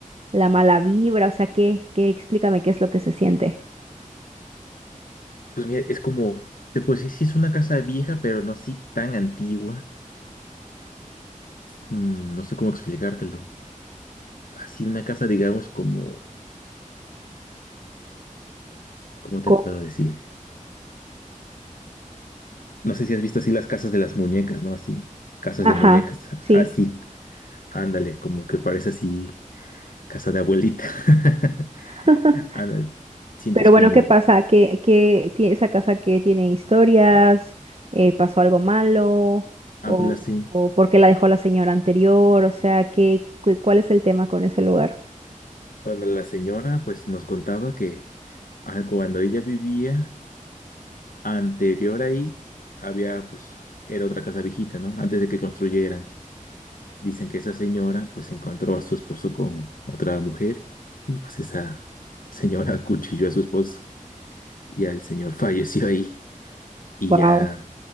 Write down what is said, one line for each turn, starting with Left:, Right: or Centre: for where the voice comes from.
Right: la mala vibra? O sea, ¿qué, qué, explícame qué es lo que se siente?
Left: pues mira, es como, te puedo decir, sí es una casa vieja, pero no así tan antigua. Mm, no sé cómo explicártelo. Así una casa, digamos, como, ¿cómo te
Right: Co-
Left: puedo decir? No sé si has visto así las casas de las muñecas, ¿no? Así, casas
Right: Ajá,
Left: de muñecas.
Right: sí.
Left: Así, ándale, como que parece así casa de abuelita. <laughs>
Right: <laughs>
Left: Ándale, sientes
Right: Pero
Left: como,
Right: bueno, ¿qué pasa? ¿Qué, qué tiene esa casa que tiene historias?
Left: ah,
Right: Eh, ¿pasó algo malo?
Left: habla
Right: ¿O,
Left: así.
Right: o por qué la dejó la señora anterior? O sea, ¿qué, cu- cuál es el tema con ese lugar?
Left: Bueno, la señora pues nos contaba que ah, cuando ella vivía anterior ahí, había pues, era otra casa viejita, ¿no? Antes de que construyeran. Dicen que esa señora pues encontró a su esposo con otra mujer y pues esa señora <laughs> acuchilló a su esposo. Ya el señor falleció ahí y
Right: Wow,
Left: ya,